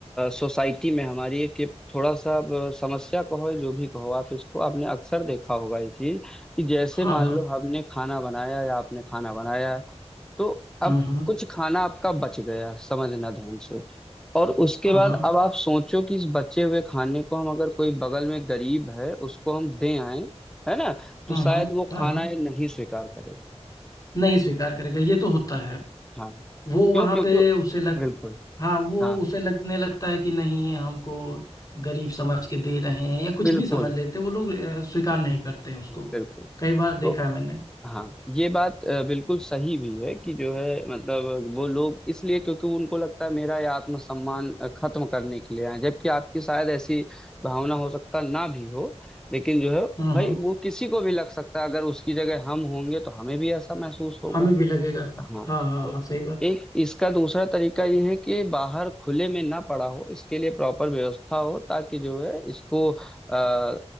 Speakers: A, in the centre; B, on the left (about 30°).
A: सोसाइटी में हमारी एक ये थोड़ा सा अब समस्या कहो या जो भी कहो आप इसको आपने अक्सर देखा होगा ये चीज कि जैसे
B: हाँ
A: मान
B: हाँ
A: लो हमने खाना बनाया या आपने खाना बनाया तो अब
B: हम्म हम्म
A: कुछ खाना आपका बच गया समझना ध्यान से और उसके
B: हाँ
A: बाद
B: हाँ
A: अब आप सोचो कि इस बचे हुए खाने को हम अगर कोई बगल में गरीब है उसको हम दे आए है ना तो
B: हम्म
A: शायद
B: हम्म हाँ
A: वो खाना
B: हाँ हाँ हाँ
A: ये नहीं स्वीकार करेगा
B: नहीं स्वीकार करेगा ये तो होता है
A: हाँ
B: वो
A: क्यों
B: वहां
A: क्योंकि
B: पे उसे लग
A: बिल्कुल
B: हाँ वो
A: हाँ
B: उसे लगने लगता है कि नहीं हमको गरीब समझ के दे रहे हैं या कुछ
A: बिल्कुल
B: भी समझ लेते हैं, वो लोग अ, स्वीकार नहीं करते हैं उसको
A: बिल्कुल
B: कई बार देखा
A: तो
B: है मैंने
A: हाँ ये बात अ, बिल्कुल सही भी है कि जो है मतलब वो लोग इसलिए क्योंकि उनको लगता है मेरा ये आत्मसम्मान अ, खत्म करने के लिए आए हैं। जबकि आपकी शायद ऐसी भावना हो सकता ना भी हो लेकिन जो है
B: हम्म
A: भाई
B: हम्म
A: वो किसी को भी लग सकता है अगर उसकी जगह हम होंगे तो हमें भी ऐसा महसूस होगा
B: हमें भी लगेगा
A: हाँ
B: हाँ हाँ
A: तो
B: हाँ सही बात
A: एक इसका दूसरा तरीका ये है कि बाहर खुले में ना पड़ा हो इसके लिए प्रॉपर व्यवस्था हो ताकि जो है इसको आ,